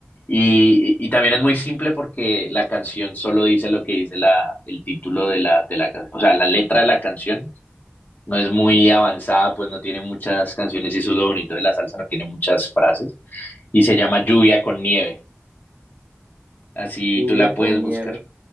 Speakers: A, on the left; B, on the right.
A: Y, y también es muy simple porque la canción solo dice lo que dice la, el título de la, de la, can- o sea, la letra de la canción no es muy avanzada, pues no tiene muchas canciones y eso es lo bonito de la salsa, no tiene muchas frases. Y se llama Lluvia con Nieve. Así
B: Lluvia
A: tú la puedes
B: con
A: buscar.
B: nieve.